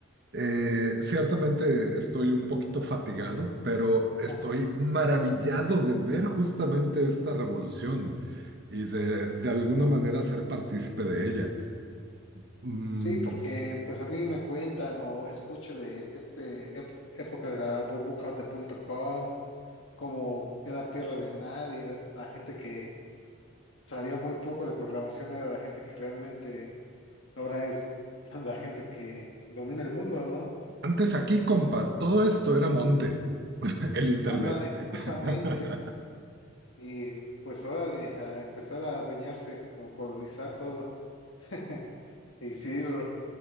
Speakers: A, on the right (about 50°); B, on the left (about 65°).
A: Eh, ciertamente estoy un poquito fatigado, pero estoy
B: Ujú.
A: maravillado de ver justamente esta revolución y de, de alguna manera ser partícipe de ella. Mm,
B: Sí, porque pues a mí me cuentan o escucho de este ep- época de la burbuja de punto com, como que era tierra de nadie, la gente que sabía muy poco de programación, era la gente que realmente ahora es <laughs> la gente que domina el mundo, ¿no?
A: antes aquí, compa, todo esto era monte, <laughs> el internet.
B: Ándale, justamente.
A: <laughs>
B: Y pues órale, a empezar a adueñarse, como colonizar todo. <laughs> Y sí, bro.